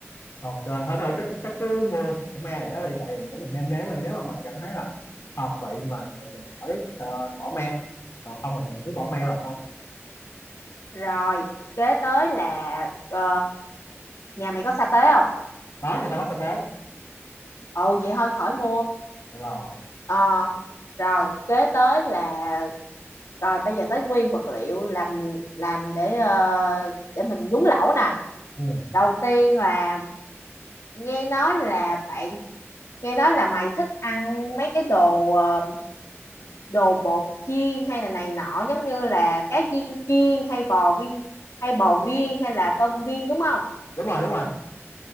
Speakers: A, on the left (about 70°); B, on the left (about 80°).
A: ok thôi thôi chắc chắc cứ mua sẵn me để ở đây tại vì để mình nêm nếm mà nếu mà mình cảm thấy là hợp vị mình thì mình khỏi ờ, bỏ me còn không thì mình cứ bỏ me
B: Ờ,
A: vào thôi
B: rồi kế tới là ờ, nhà mày có sa tế không
A: đó người ta có sao tới
B: ồ vậy thôi khỏi mua
A: Được rồi
B: Ờ, rồi kế tới là rồi bây giờ tới nguyên vật liệu làm làm để ờ, để mình nhúng lẩu nè
A: ừ.
B: đầu tiên là nghe nói là bạn nghe nói là mày thích ăn mấy cái đồ ờ, đồ bột chiên hay là này nọ giống như là cá viên chiên hay bò viên hay bò viên hay là tôm viên đúng không
A: đúng rồi đúng rồi